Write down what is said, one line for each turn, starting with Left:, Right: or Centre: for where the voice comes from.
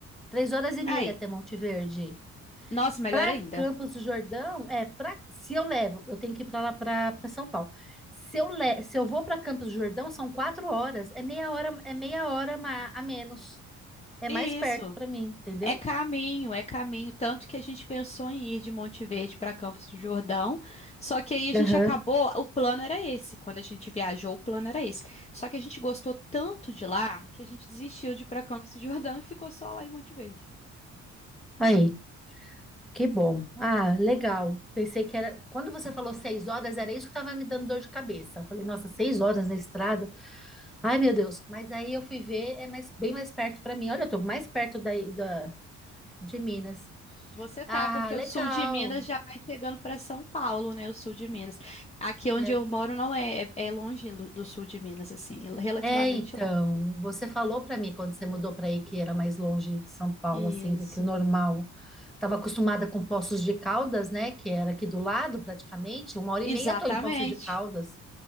Centre: três horas e meia
Left: Aí,
Centre: até Monte Verde.
Left: nossa, melhor
Centre: Para
Left: ainda.
Centre: Campos do Jordão, é para se eu levo, eu tenho que ir para lá para São Paulo. Se eu le... se eu vou para Campos do Jordão, são quatro horas, é meia hora, é meia hora ma- a menos, é
Left: Isso.
Centre: mais perto para mim, entendeu?
Left: É caminho, é caminho. Tanto que a gente pensou em ir de Monte Verde para Campos do Jordão, só que aí a gente
Centre: Aham.
Left: acabou. O plano era esse. Quando a gente viajou, o plano era esse. Só que a gente gostou tanto de lá que a gente desistiu de ir para Campos do Jordão e ficou só lá em Monte Verde.
Centre: Aí, que bom. Ah, legal. Pensei que era. Quando você falou seis horas, era isso que estava me dando dor de cabeça. Eu falei, nossa, seis horas na estrada. Ai, meu Deus. Mas aí eu fui ver, é mais, bem mais perto para mim. Olha, eu tô mais perto daí da, de Minas.
Left: Você
Centre: Ah,
Left: tá, porque
Centre: legal.
Left: o sul de Minas já vai chegando para São Paulo, né? O sul de Minas. Aqui onde
Centre: É.
Left: eu moro não é, é, é longe lo- do sul de Minas, assim, é relativamente
Centre: É, então,
Left: longe.
Centre: você falou para mim quando você mudou para aí que era mais longe de São Paulo,
Left: Isso.
Centre: assim, do que o normal. Estava acostumada com Poços de Caldas, né? Que era aqui do lado, praticamente. Uma hora
Left: Exatamente.
Centre: e meia eu tô em Poços de Caldas.